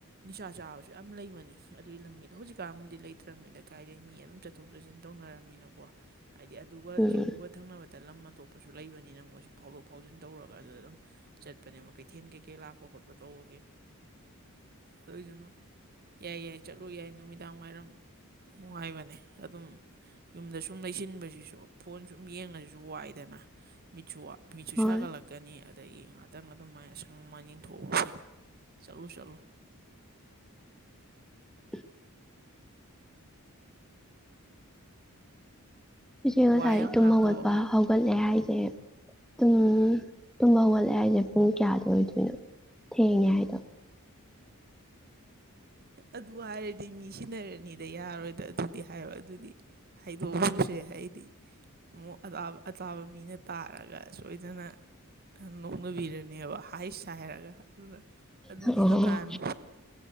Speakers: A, on the right; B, in the centre.
A: ꯅꯤꯁꯥ ꯆꯥꯕꯁꯨ ꯌꯥꯝ ꯂꯩꯕꯅꯤ ꯑꯗꯨꯒꯤ ꯂꯝꯕꯤꯗꯣ ꯍꯧꯖꯤꯛꯀꯥꯟ ꯑꯃꯗꯤꯗꯤ ꯂꯩꯇ꯭ꯔꯕꯅꯤꯅ ꯀꯥꯏꯗꯒꯤꯩ ꯃꯤ ꯑꯗꯨꯝ ꯆꯠꯊꯣꯛ ꯆꯠꯁꯤꯟ ꯇꯧꯅꯔꯝꯃꯤꯅꯀꯣ ꯍꯥꯏꯗꯤ ꯑꯗꯨꯒ
B: ꯎꯝ
A: ꯆꯤꯡꯗꯨꯒ ꯊꯪꯅꯕꯗ ꯗ ꯂꯝ ꯑꯇꯣꯞꯄꯁꯨ ꯂꯩꯕꯅꯤꯅ ꯃꯣꯏꯁꯨ ꯐꯥꯎꯗꯣꯛ ꯐꯥꯎꯖꯤꯟ ꯇꯧꯔꯒ ꯑꯗꯨꯗ ꯑꯗꯨꯝ ꯆꯠꯄꯅꯦꯕ ꯀꯩꯊꯦꯜ ꯀꯩꯀꯩ ꯂꯥꯛꯄ ꯈꯣꯠꯄ ꯇꯧꯕꯒꯤ
B: <unintelligible>
A: ꯑꯗꯨꯏꯗꯨꯅ ꯌꯥꯏ ꯌꯥꯏ ꯆꯠꯂꯨ ꯌꯥꯏ ꯅꯨꯃꯤꯗꯥꯡ ꯋꯥꯏꯔꯝ ꯅꯨꯡꯉꯥꯏꯕꯅꯦ ꯑꯗꯨꯝ ꯌꯨꯝꯗ ꯁꯨꯝ ꯂꯩꯁꯤꯟꯕꯁꯤꯁꯨ ꯐꯣꯟ ꯁꯨꯝ ꯌꯦꯡꯉꯁꯤꯁꯨ ꯋꯥꯏꯗꯅ ꯁꯨ ꯃꯤꯁꯨ
B: ꯍꯣꯏ
A: ꯁꯥꯒꯠꯂꯛꯀꯅꯤ ꯑꯗꯒꯤ ꯉ ꯈꯤꯇꯪ ꯑꯗꯨꯃꯥꯏꯅ ꯁꯪ ꯃ ꯌꯦꯟꯊꯣꯛꯑꯕ ꯐꯩ ꯆꯠꯂꯨ ꯆꯠꯂꯨ
B: <inaudible> ꯏꯆꯦ
A: ꯋꯥ
B: ꯉꯁꯥꯏ
A: ꯌꯥꯝ
B: ꯇꯨꯝ
A: ꯉꯥꯡꯗꯧꯕꯒ
B: ꯍꯧꯒꯠꯄ ꯍꯧꯒꯠꯂꯦ ꯍꯥꯏꯁꯦ ꯑꯗꯨꯨꯝ ꯇꯨꯝꯕ ꯍꯧꯒꯠꯂꯑꯦ ꯍꯥꯏꯁꯦ ꯄꯨꯡ ꯀꯌꯥꯗꯣ ꯑꯣꯏꯗꯣꯏꯅꯣ ꯊꯦꯡꯉꯦ ꯍꯥꯏꯗꯣ <inaudible>
A: ꯑꯗꯨ ꯍꯥꯏꯔꯗꯤ ꯃꯤ ꯁꯤꯟꯅꯔꯅꯤꯗ ꯌꯥꯔꯣꯏꯗ ꯑꯗꯨꯗꯤ ꯍꯥꯏꯌꯣ ꯑꯗꯨꯗꯤ ꯍꯥꯏꯗꯣꯛꯑꯝꯁꯨ ꯍꯥꯏ ꯑꯩꯗꯤ ꯑꯃꯨꯛ ꯑ ꯑꯇꯥꯕ ꯃꯤꯅ ꯇꯥꯔꯒ ꯁꯣꯏꯗꯅ ꯅꯣꯛꯅꯕꯤꯔꯅꯦꯕ ꯍꯥꯏꯁ ꯍꯥꯏꯔꯒ ꯑꯗꯨꯅ ꯑꯗꯨꯗꯤ
B: ꯑꯣ
A: ꯍꯪꯉꯛꯑꯅꯨ